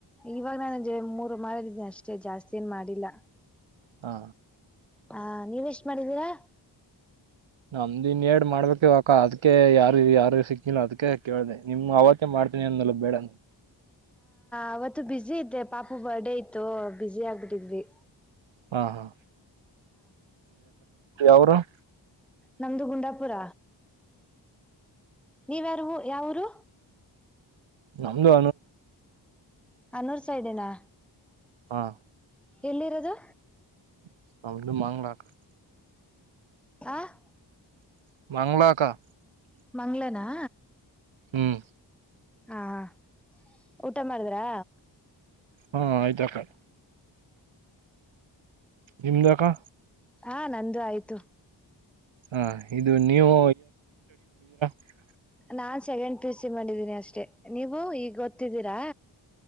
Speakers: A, in the centre; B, on the right (about 80°).
A: ಈವಾಗ್ ನಂಗೆ ಮೂರು ಮಾಡಿದೀನಿ ಅಷ್ಟೇ ಜಾಸ್ತಿ ಏನ್ ಮಾಡಿಲ್ಲ
B: ಹಾ
A: ಆ ನೀವ್ ಎಷ್ಟ್ ಮಾಡಿದಿರಾ
B: ನಮ್ದ್ ಇನ್ನೆರಡ್ ಮಾಡ್ಬೇಕ್ ಅಕ್ಕ ಅದ್ಕೆ ಯಾರು ಯಾರ್ ಸಿಗ್ತಿಲ್ಲ ಅದುಕ್ಕೆ ಕೇಳ್ಧೆ ನಿಮ್ ಅವತ್ತೇ ಮಾಡ್ತೀನಿ ಮಾಡಾಮು
A: ಅವತ್ತು ಬ್ಯುಸಿ ಅದೇ ಪಾಪು ಬರ್ತ್ಡೇ ಹಿತ್ ಬ್ಯುಸಿ ಆಗ್ಬಿಟ್ಟಿದ್ದೀವಿ
B: ಹಾ ಹಾ ಯಾವೂರು <inaudible>
A: ನಂಧು ಗುಂಡಪುರ ನೀವ್ ಯಾವ್ ಊರು
B: ನಮ್ಧು
A: ಅನ್ನೂರ್ ಸೈಡ್ ಹೀ ನಾ
B: ಆಹ್
A: ಯೆಲ್ಲಿರೋದು
B: <unintelligible>
A: ಆಹ್
B: <unintelligible>
A: ಮಂಗ್ಲಾನಾ
B: ಆಹ್
A: ಆಹ್ ಉತಾ ಮದಾಧ್ರಾ
B: ಹು ಆಯ್ತು ಅಕ್ಕಾ ನಿಮಧಾಕ
A: ಆಹ್ ನಂದ್ ಆಯ್ತು
B: ಆಹ್ ನೀನು <unintelligible>
A: ನಾನ್ ಸೆಕೆಂಡ್ ಪಿ ಯು ಮಾಡಿಧಿನಿ ಅಷ್ಟೇ ನೀವ್ ಹೋದ್ತೀರಾ